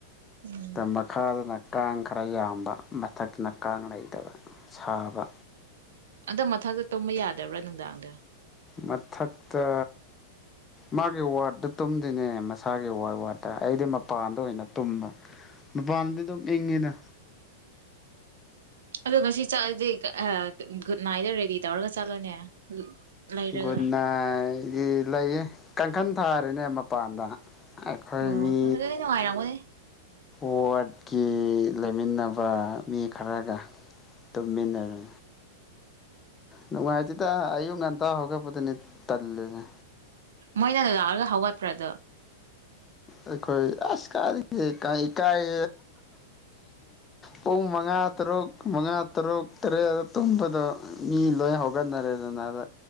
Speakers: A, on the right (about 80°); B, on the left (about 20°).
A: ꯎꯝ
B: ꯃꯈꯥꯗꯅ ꯀꯥꯡ ꯈꯔ ꯌꯥꯝꯕ ꯃꯊꯛꯇꯅ ꯀꯥꯡ ꯂꯩꯇꯕ ꯁꯥꯕ
A: ꯑꯗ ꯃꯊꯛꯇ ꯇꯨꯝꯕ ꯌꯥꯗꯕ꯭ꯔꯥ ꯅꯨꯡꯗꯥꯡꯗꯤ
B: ꯃꯊꯛꯇ ꯃꯥꯒꯤ ꯋꯥꯔꯗꯠꯇ ꯇꯨꯝꯗꯣꯏꯅꯦ ꯃꯁꯥꯒꯤ ꯋꯥꯔꯗ ꯋꯥꯔꯠꯇ ꯑꯩꯗꯤ ꯃꯄꯥꯟꯗ ꯑꯣꯏꯅ ꯇꯨꯝꯕ ꯃꯄꯥꯟꯗꯤ ꯑꯗꯨꯝ ꯏꯪꯉꯤꯅ
A: ꯑꯗꯣ ꯉꯁꯤ ꯆꯠꯂꯗꯤ ꯒꯨꯗ ꯅꯥꯏꯠꯇꯗ ꯔꯦꯗꯤ ꯇꯧꯔꯒ ꯆꯠꯂꯣꯅꯦ ꯂꯩꯔꯒ
B: ꯒꯨꯠꯅꯥꯏꯏꯤ ꯂꯩꯌꯦ ꯀꯥꯡꯈꯟ ꯊꯥꯔꯤꯅꯦ ꯃꯄꯥꯟꯗ ꯑꯩꯈꯣꯏ
A: ꯑꯣ
B: ꯃꯤ
A: ꯑꯗꯨꯗꯤ ꯅꯨꯡꯉꯥꯏꯔꯝꯒꯅꯤ
B: ꯋꯥꯔꯗꯠꯀꯤ ꯂꯩꯃꯤꯟꯅꯕ ꯃꯤ ꯈꯔꯒ ꯇꯨꯝꯃꯤꯟꯅꯔ ꯅꯨꯡꯉꯥꯏꯇꯦꯗ ꯑꯌꯨꯛ ꯉꯟꯇꯥ ꯍꯧꯒꯠꯕꯗꯨꯅꯤ ꯇꯜꯂꯤꯦꯁꯦ
A: ꯃꯣꯏꯅ ꯑꯗꯨ ꯂꯥꯛꯑꯒ ꯍꯧꯒꯠꯄ꯭ꯔꯗꯣ
B: ꯑꯩꯈꯣꯏ ꯑꯁ ꯀꯥꯗꯒꯤ ꯏꯀꯥꯏ ꯄꯨꯡ ꯃꯉꯥ ꯇꯔꯨꯛ ꯃꯉꯥ ꯇꯔꯨꯛ ꯇꯔꯦꯠ ꯇꯨꯝꯕꯗꯣ ꯃꯤ ꯂꯣꯏ ꯍꯧꯒꯠꯅꯔꯦꯗꯅ ꯑꯗ